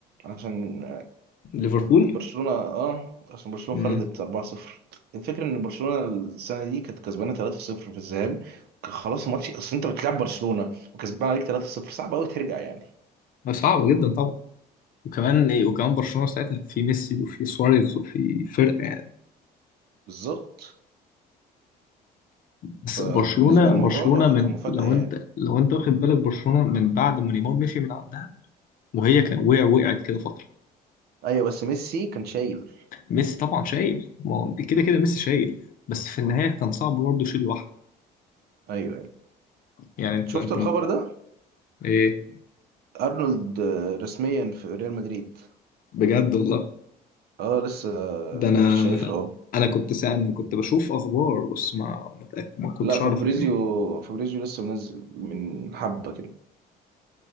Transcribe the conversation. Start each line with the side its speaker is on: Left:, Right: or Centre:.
Right: عشان
Left: ليفربول
Right: برشلونه اه عشان برشلونه
Left: امم
Right: خرجت 4-0 الفكره ان برشلونه السنه دي كانت كسبانه 3-0 في الذهاب كان خلاص الماتش اصل انت بتلعب برشلونه وكسبان عليك 3-0 صعب قوي ترجع يعني
Left: صعبه جدا طبعا وكمان ايه وكمان برشلونه ساعتها في ميسي وفي سواريز وفي فرقه يعني
Right: بالظبط
Left: بس
Right: فبالنسبه
Left: برشلونه
Right: لي
Left: برشلونه
Right: الموضوع
Left: من
Right: كان مفاجاه
Left: لو
Right: يعني
Left: انت لو انت واخد بالك برشلونه من بعد ما نيمار مشي من عندها وهي كان وقع وقعت كده فتره
Right: ايوه بس ميسي كان شايل
Left: ميسي طبعا شايل ما هو كده كده ميسي شايل بس في النهاية كان صعب برضه يشيل لوحده
Right: ايوه يعني
Left: يعني انت
Right: شفت
Left: انت
Right: الخبر
Left: مت...
Right: ده
Left: ايه
Right: ارنولد آه، رسميا في ريال مدريد
Left: بجد والله
Right: اه لسه
Left: ده انا
Right: شايفها اهو
Left: انا كنت سا... انا كنت بشوف اخبار بس ما ما, تأك... ما كنتش
Right: لا فابريزيو
Left: اعرف انه
Right: فابريزيو لسه منزل من حبه كده